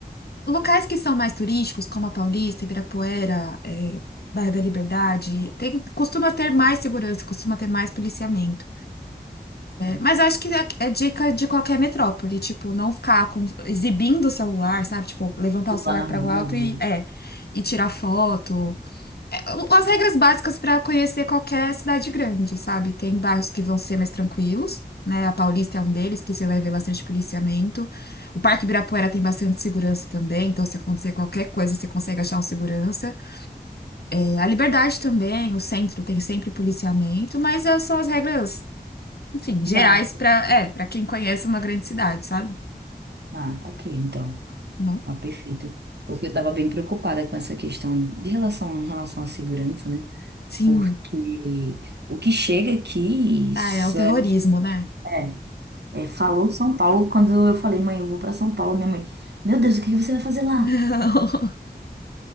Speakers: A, on the left (about 70°); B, on the right (about 80°).
A: Locais que são mais turísticos, como a Paulista, Ibirapuera, é, Bairro da Liberdade, tem, costuma ter mais segurança, costuma ter mais policiamento.
B: Hum,
A: Mas acho que é é dica de qualquer metrópole, tipo, não ficar com- exibindo o celular, sabe? Tipo, levantar o celular
B: Lá na
A: para
B: mão,
A: o alto
B: não, né?
A: e, é, e tirar foto. É, o- As regras básicas para conhecer qualquer cidade grande, sabe? Tem bairros que vão ser mais tranquilos, né? A Paulista é um deles, que você vai ver bastante policiamento. O Parque Ibirapuera tem bastante segurança também, então se acontecer qualquer coisa, você consegue achar um segurança. É, A Liberdade também, o centro tem sempre policiamento, mas é, são as regras enfim,
B: Básico.
A: gerais para, é, para quem conhece uma grande cidade, sabe?
B: Ah, ok, então.
A: Bom,
B: Ah, perfeito. Porque eu estava bem preocupada com essa questão de relação, em relação à segurança, né?
A: sim.
B: Porque o que chega aqui, isso
A: Ah, é o terrorismo,
B: é,
A: né?
B: é, é, falou São Paulo, quando eu falei, mãe, eu vou para São Paulo, minha mãe, meu Deus, o que que você vai fazer lá?
A: Não. <laughs>